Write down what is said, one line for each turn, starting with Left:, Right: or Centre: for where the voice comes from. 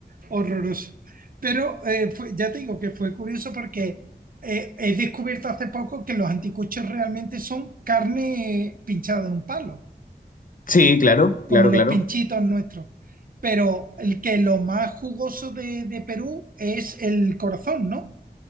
Right: horroroso. Pero eh, fue- ya te digo que fue curioso porque eh, he descubierto hace poco que los anticuchos realmente son carne pinchada en un palo.
Left: Sí, claro, claro,
Right: como los
Left: claro.
Right: pinchitos nuestros. Pero el que lo más jugoso de, de Perú es el corazón, ¿no?